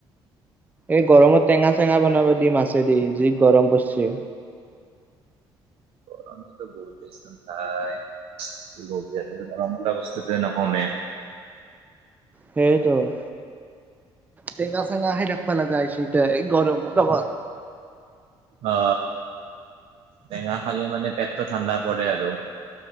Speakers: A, on the right; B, on the right.
A: এই গৰমত টেঙা-চেঙা বনাব দি মাছেদি যি গৰম পছে।
B: গৰমটো বহুত বছঠাই কি গৰম বলা অৱস্থাটো এ নকমে।
A: সেইতোয়েই তেঙা চেঙা খাই ঠাকিব লগা হৈছে এতিয়া এই গৰমৰ লগত।
B: অ, টেঙা খালি মানে পেটটো ঠাণ্ডা পৰে আৰু।